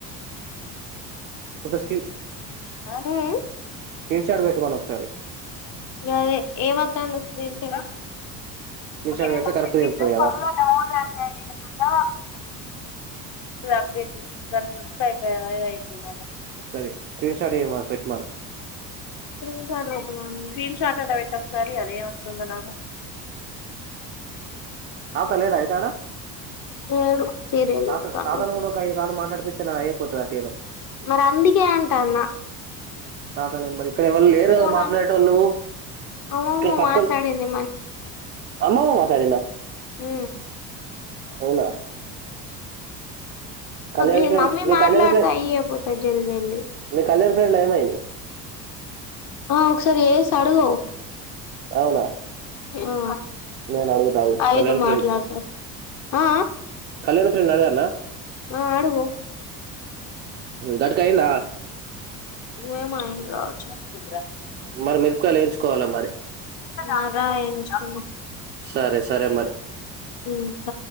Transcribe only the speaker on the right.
స్
తన్ చార్ట్ వేట్ మని ఒకసారి
స్క్రీన్ షాట్
పెడితే కరెక్ట్
తెలుస్తది కదా
సర స్క్రీన్షాట్ ఏ పెట్ మ
ఆ తలటయితాడా
తాత
తాతను కూడా ఒక ఈ కాదుం మాట్లాడిపితే నది అయిపోతుంది అ టేనే
ప్రధానం మరి ఇక్కడ ఎవరుు లేరు మాట్లాడే
వాళ్ళువు
డ పక్కం
అమ్మ మాట్లాడిందా
అవునా కళ్యాణ్
ఫ్రెండ్
మీ
కళ్యాణ్ ఫ్రెండ్
మీ కళ్యాణ్ ఫ్రెండ్ ఏమైంది
అవునా
నేను అడుగుతా ఆగు
కళ్యాణ్ ఫ్రెండ్
కళ్యాణ్ ఫ్రెండ్ అడగన్నా
గట్కాందా
మరి మరు కలించుకోవాల మరి
సరే సరే మరి